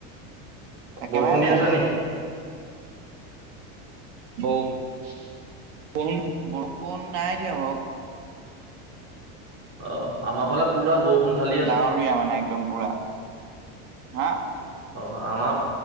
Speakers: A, on the right; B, on the right.
A: একেবাৰে
B: বৰষুণ
A: বেয়া।
B: দি আছে নি?
A: বৌ
B: <inaudible>
A: কোন বৰ কোন নাই দিয়া বাৰু
B: অ আমাৰ ফালে পুৰা বৰষুণ। ঢালি আছে
A: ডাৱৰীয়া মানে একদম পুৰা। হা?
B: অ আমাৰ